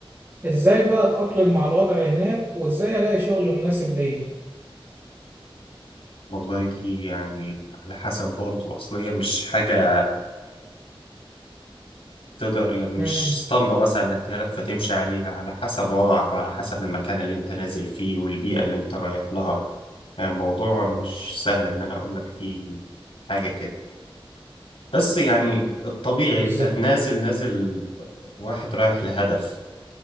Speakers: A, on the right; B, on the left.
A: ازاي بقى اتأقلم مع الوضع هناك وازاي الاقي شغل مناسب ليا
B: والله دي يعني على حسب برضه أصلية مش حاجة تقدر يعني مش
A: امم
B: اسطمبة مثلا هديها لك فتمشي عليها على حسب وضعك وعلى حسب المكان اللي انت نازل فيه والبيئة اللي انت رايح لها يعني الموضوع مش سهل ان انا اقول لك فيه حاجة كده بس يعني الطبيعي
A: بالظبط
B: انت نازل نازل واحد رايح لهدف